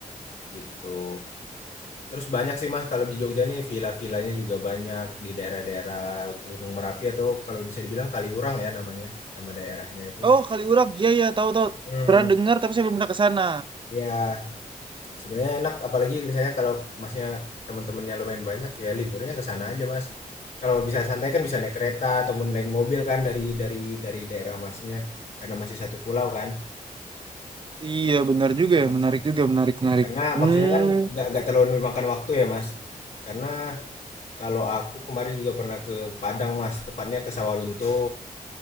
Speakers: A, on the left; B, on the right.
A: gitu. Terus banyak sih Mas kalau di Jogja nih villa-villanya juga banyak di daerah-daerah Gunung Merapi atau kalau bisa dibilang Kaliurang ya namanya, nama daerahnya itu.
B: Oh Kaliurang, iya iya tahu tahu.
A: Hmm,
B: Pernah dengar tapi saya belum pernah ke sana.
A: ya Sebenarnya enak, apalagi misalnya kalau Masnya teman-temannya lumayan banyak, ya liburnya ke sana aja, Mas. Kalau bisa santai kan bisa naik kereta ataupun naik mobil kan dari dari dari daerah Masnya, karena masih satu pulau kan.
B: Iya benar juga ya,
A: Mhm.
B: menarik juga, menarik menarik.
A: Karena
B: Hmm,
A: maksudnya kan nggak nggak terlalu memakan waktu ya, Mas. Karena kalau aku kemarin juga pernah ke Padang, Mas, tepatnya ke Sawalunto,